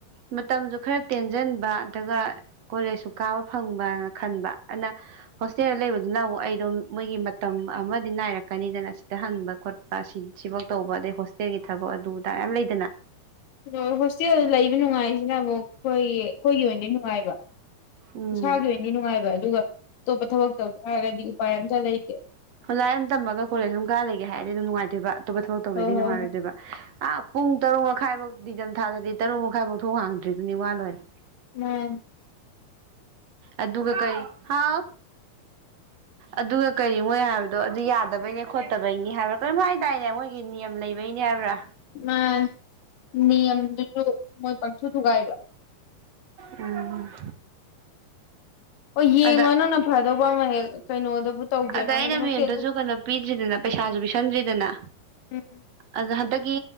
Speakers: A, on the right (about 55°); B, on the left (about 80°).
A: ꯃꯇꯝꯁꯨ ꯈꯔ ꯇꯦꯟꯁꯤꯟꯕ ꯑꯗꯨꯒ ꯀꯣꯂꯦꯖꯁꯨ ꯀꯥꯕ ꯐꯪꯕꯅ ꯈꯟꯕ ꯑꯗꯨꯅ ꯍꯣꯁꯇꯦꯜꯗ ꯂꯩꯕꯗꯨꯅ ꯑꯃꯨꯛ ꯑꯩꯗꯣ ꯃꯣꯏꯒꯤ ꯃꯇꯝ ꯑꯃꯗꯤ ꯅꯥꯏꯔꯛꯀꯅꯤꯗꯅ ꯁꯤꯗ ꯍꯪꯕ ꯈꯣꯠꯄ ꯁꯤꯐꯧ ꯇꯧꯕ ꯑꯗꯩ ꯍꯣꯁꯇꯦꯜꯒꯤ ꯊꯕꯛ ꯑꯗꯨꯗꯥ ꯌꯥꯝ ꯂꯩꯗꯅ
B: ꯑ ꯍꯣꯁꯇꯦꯜ ꯂꯩꯕ ꯅꯨꯡꯉꯥꯏꯁꯤꯅ ꯑꯃꯨꯛ ꯍꯈꯣꯏꯌꯦ ꯑꯩꯈꯣꯏꯒꯤ ꯑꯣꯏꯅꯗꯤ ꯅꯨꯡꯉꯥꯏꯕ
A: ꯎꯝ
B: ꯁꯥ ꯑꯗꯨꯋꯦꯅꯤꯅꯅꯨꯡꯥꯏ ꯑꯗꯨꯒ ꯑꯇꯣꯞꯄ ꯊꯕꯛ ꯇꯧ ꯇꯥꯔꯒꯗꯤ ꯎꯄꯥꯏ ꯑꯝꯇ ꯂꯩꯇꯦ
A: ꯍꯣꯏ ꯂꯥꯏꯅ ꯇꯝꯕꯒ ꯀꯣꯂꯦꯖ ꯁꯝ ꯀꯥ ꯂꯩꯒꯦ ꯍꯥꯏꯔꯗꯤ ꯑꯗꯨꯝ ꯅꯨꯡꯉꯥꯏꯗꯣꯏꯕ ꯑꯇꯣꯞꯄ ꯊꯕꯛ ꯇꯧꯒꯦꯗꯤ
B: ꯍꯣꯏ ꯍꯣꯏ
A: ꯅꯨꯡꯉꯥꯏꯔꯣꯏꯗꯣꯏꯕ
B: ꯍꯣꯏ
A: ꯑꯥ ꯄꯨꯡ ꯇꯔꯨꯛ ꯃꯈꯥꯏꯐꯧ ꯇ ꯊꯥꯗꯗꯤ ꯇꯔꯨꯛ ꯃꯈꯥꯏꯐꯧ ꯊ ꯍꯥꯡꯗ꯭ꯔꯤꯗꯨꯅꯤ ꯋꯥ ꯂꯣꯏꯔꯦ
B: ꯎꯝ
A: ꯑꯗꯨ ꯑꯗꯨꯒ ꯀꯩ ꯍꯥꯎ ꯑꯗꯨꯒ ꯀꯔꯤ ꯍꯥꯏꯕꯗꯣ ꯑꯗꯨ ꯌꯥꯗꯕꯩꯅꯦ ꯈꯣꯠꯇꯕꯩꯅꯤ ꯍꯥꯏꯕ꯭ꯔꯥ ꯀꯔꯤꯝ ꯍꯥꯏꯗꯥꯏꯅꯦ ꯃꯣꯏꯒꯤ ꯅꯤꯌꯝ ꯂꯩꯕꯩꯅꯤ ꯍꯥꯏꯕ꯭ꯔꯥ
B: ꯃꯥꯅꯤ ꯅꯤꯌꯝꯗꯨꯁꯨ ꯃꯣꯏ ꯄꯪꯊꯨ ꯊꯨꯒꯥꯏꯕ
A: ꯎꯝ
B: ꯑꯣ ꯌꯦꯡꯉꯣ
A: ꯑꯗ
B: ꯅꯪꯅ ꯐꯗꯧꯕ ꯑꯃ ꯍꯦꯛ ꯀꯩꯅꯣꯗꯕꯨ ꯇꯧꯒꯦꯔꯥ
A: ꯑꯗ ꯑꯩꯅ
B: ꯑꯃꯗ ꯍꯣꯁꯇꯦꯜꯗ
A: ꯃꯦꯟꯗꯨꯁꯨ ꯀꯩꯅꯣ ꯄꯤꯗ꯭ꯔꯤꯗꯅ ꯄꯩꯁꯥꯁꯨ ꯄꯤꯁꯟꯗ꯭ꯔꯤꯗꯅ
B: ꯎꯝ
A: ꯑꯗꯨ ꯑꯗꯒꯤ